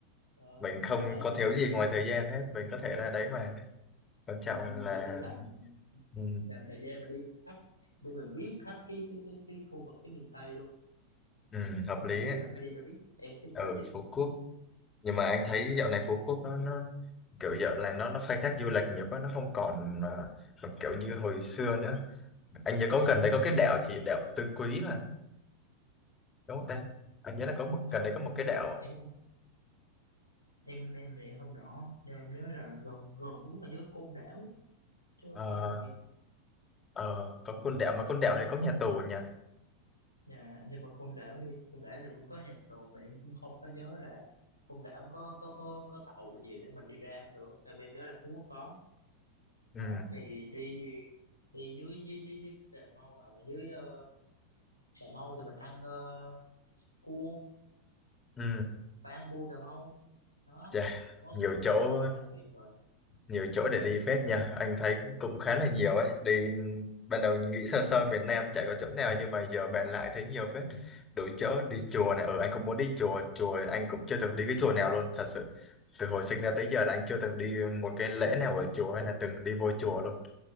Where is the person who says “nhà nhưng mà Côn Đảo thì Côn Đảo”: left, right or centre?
Left